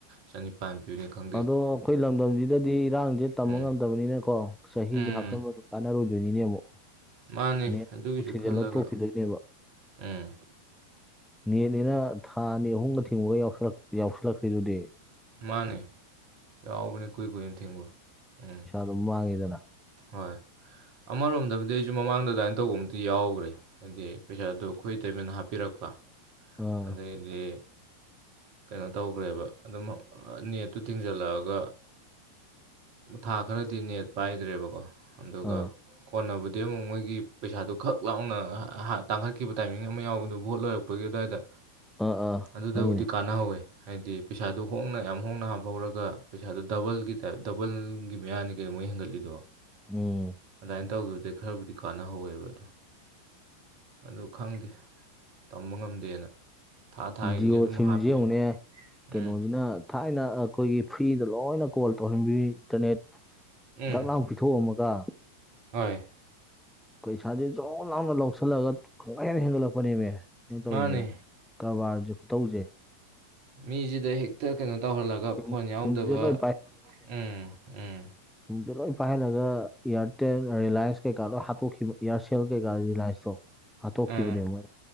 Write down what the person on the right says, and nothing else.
ꯆꯅꯤꯄꯥꯟ ꯄꯤꯅꯤ ꯈꯪ
ꯎꯝ
ꯎꯝ
ꯃꯥꯅꯦ
ꯑꯗꯨꯒꯤꯁꯨ
ꯈꯜꯂꯒ
ꯎꯝ
ꯃꯥꯅꯦ ꯌꯥꯎꯕꯅꯦ ꯀꯨꯏ ꯀꯨꯏꯅ ꯊꯦꯡꯕ ꯎꯝ
ꯍꯣꯏ ꯑꯃꯔꯣꯝꯗꯕꯨꯗꯤ ꯑꯩꯁꯨ ꯃꯃꯥꯡꯗ ꯑꯗꯨꯃꯥꯏꯅ ꯇꯧꯕ ꯑꯝꯇ ꯌꯥꯎꯈ꯭ꯔꯦ ꯍꯥꯏꯗꯤ ꯄꯩꯁꯥꯗꯨ ꯑꯩꯈꯣꯏ ꯏꯇꯩꯃꯅ ꯍꯥꯞꯄꯤꯔꯛꯄ
ꯑꯗꯩꯗꯤ ꯀꯩꯅꯣ ꯇꯧꯈ꯭ꯔꯦꯕ ꯑꯗꯨꯝ ꯅꯦꯠꯇꯨ ꯊꯤꯡꯖꯜꯂꯛꯑꯒ ꯊꯥ ꯈꯔꯗꯤ ꯅꯦꯠ ꯄꯥꯏꯗ꯭ꯔꯦꯕꯀꯣ ꯑꯗꯨꯒ
ꯀꯣꯟꯅꯕꯗꯤ ꯑꯃꯨꯛ ꯃꯣꯏꯒꯤ ꯄꯩꯁꯥꯗꯨ ꯈꯛ ꯂꯥꯎꯅ ꯇꯥꯡꯈꯠꯈꯤꯕ ꯇꯥꯏꯃꯤꯡ ꯑꯃ ꯌꯥꯎꯕꯗꯨ ꯚꯣꯠ ꯂꯣꯏꯔꯛꯄ ꯄꯒꯤ ꯑꯗꯨ꯭ꯋꯥꯏꯗ
ꯑꯗꯨꯗꯕꯨꯗꯤ
ꯀꯥꯟꯅꯍꯧꯋꯦ ꯍꯥꯏꯗꯤ ꯄꯩꯁꯥꯗꯨꯣ ꯍꯣꯡꯅ ꯌꯥꯝ ꯍꯣꯡꯅ ꯍꯥꯞꯄ ꯍꯧꯔꯒ ꯄꯩꯁꯥꯗꯨꯣ ꯗꯕꯜꯒꯤ ꯇꯥꯏꯞ ꯗꯕꯜꯒꯤ ꯃꯌꯥꯅꯤ ꯀꯩꯗꯣ ꯃꯣꯏ ꯍꯦꯟꯒꯠꯂꯤ ꯑꯗꯨꯗꯣ
ꯑꯗꯨꯃꯥꯏꯅ ꯇꯧꯈꯤꯕꯗꯩ ꯈꯔꯕꯨꯗꯤ ꯀꯥꯟꯅꯍꯧꯋꯦꯕ ꯑꯗꯣ ꯑꯗꯨ ꯈꯪꯗꯦ ꯇꯝꯕ ꯉꯝꯗꯦꯅ ꯊꯥ ꯊꯥꯒꯤꯁꯦ
ꯑꯗꯨꯝ
ꯍꯥꯞꯄꯤꯁꯦ
ꯎꯝ
ꯎꯝ
ꯍꯣꯏ
ꯃꯥꯅꯦ
ꯃꯤꯁꯤꯗ ꯍꯦꯛꯇ ꯀꯩꯅꯣ ꯇꯧꯍꯜꯂꯒ
ꯐꯣꯟ ꯌꯥꯎꯗꯕ
ꯎꯝ ꯎꯝ
ꯑꯥ